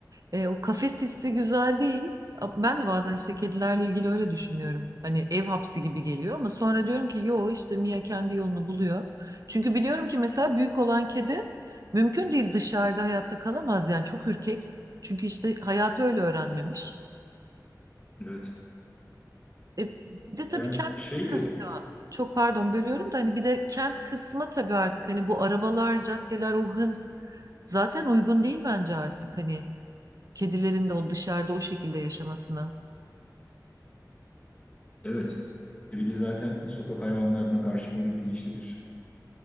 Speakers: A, on the right; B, on the left.
A: E, o kafes hissi güzel değil. A- Ben de bazen işte kedilerle ilgili öyle düşünüyorum. Hani ev hapsi gibi geliyor ama sonra diyorum ki yo işte Mia kendi yolunu buluyor. Çünkü biliyorum ki mesela büyük olan kedi mümkün değil dışarıda hayatta kalamaz yani çok ürkek. Çünkü işte hayatı öyle öğrenmemiş.
B: Evet.
A: E, bir de tabii
B: Yani
A: kent
B: şeydi.
A: kısmı. Çok pardon bölüyorum da hani bir de kent kısmı tabii artık hani bu arabalar, caddeler, o hız zaten uygun değil bence artık hani kedilerin de o dışarıda o şekilde yaşamasına.
B: Evet. E bir de zaten sokak hayvanlarına karşı böyle bilinçli bir